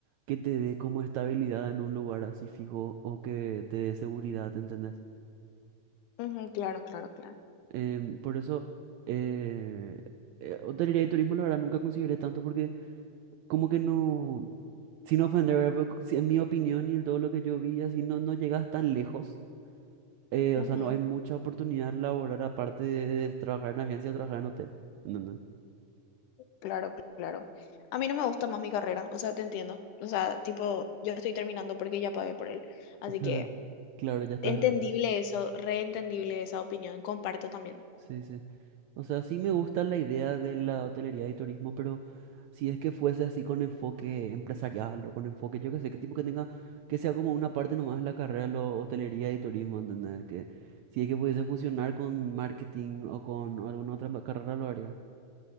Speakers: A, on the right; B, on the left.
A: que te dé como estabilidad en un lugar así fijo o que te dé seguridad, ¿entendés?
B: Ujú, claro, claro, claro.
A: Em, por eso, eh, eh, hotelería y turismo, la verdad, nunca consideré tanto porque como que no, sin ofender, ¿verdad? Pero co- si en mi opinión y en todo lo que yo vi, así no, no llegas tan lejos. eh, o
B: Ujú,
A: sea, no hay mucha oportunidad laboral aparte de, de trabajar en agencia o trabajar en hotel. no no
B: claro, claro. A mí no me gusta más mi carrera, o sea, te entiendo. O sea, tipo, yo estoy terminando porque ya pagué por él. Así
A: <laughs>
B: que
A: Claro, ya está.
B: entendible eso, reentendible esa opinión, comparto también.
A: Sí, sí. O sea, sí me gusta la idea de la hotelería y turismo, pero si es que fuese así con enfoque empresarial o con enfoque, yo qué sé, qué tipo que tenga, que sea como una parte nomás de la carrera, lo hotelería y turismo, ¿entendés? Que si es que pudiese fusionar con marketing o con alguna otra ma- carrera, lo haría.